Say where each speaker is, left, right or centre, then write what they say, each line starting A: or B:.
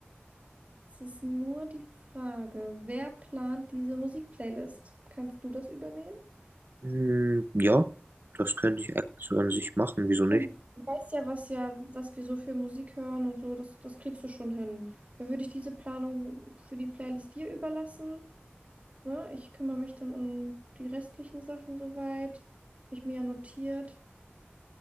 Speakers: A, on the right; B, on the right.
A: es ist nur die Frage, wer plant diese Musikplaylist? Kannst du das übernehmen?
B: Hm, ja, das könnte ich eigentlich so an sich machen. Wieso nicht?
A: Und Du weißt ja, was ja, was wir so für Musik hören und so, das, das kriegst du schon hin. Dann würde ich diese Planung für die Playlist dir überlassen. Ne? Ich kümmere mich dann um die restlichen Sachen soweit. Habe ich mir ja notiert.